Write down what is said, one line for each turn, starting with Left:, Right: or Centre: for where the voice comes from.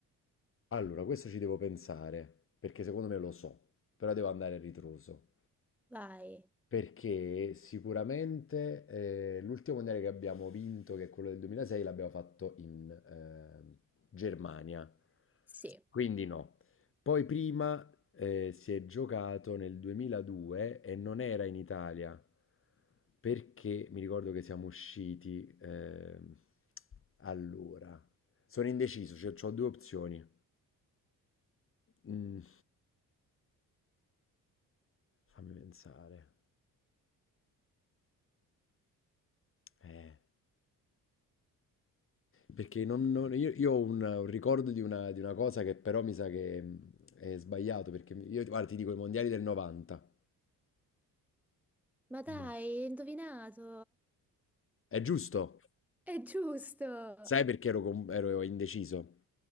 Left: Allora, questo ci devo pensare, perché secondo me lo so, però devo andare a ritroso.
Centre: Vai.
Left: Perché sicuramente eh, l'ultimo mondiale che abbiamo vinto, che è quello del 2006, l'abbiamo fatto in ehm, Germania,
Centre: Sì.
Left: quindi no. Poi prima eh, si è giocato nel 2002 e non era in Italia, perché mi ricordo che siamo usciti ehm, allora. Sono indeciso, cioè ho due opzioni. Mm, fammi pensare. Eh. Perché non- non- io, io ho un, un ricordo di una, di una cosa che però mi sa che mh, è sbagliato, perché mi- io, guarda, ti dico i mondiali del 90.
Centre: Ma dai,
Left: No.
Centre: hai indovinato.
Left: È giusto?
Centre: <laughs> È giusto.
Left: Sai perché ero, con- ero indeciso?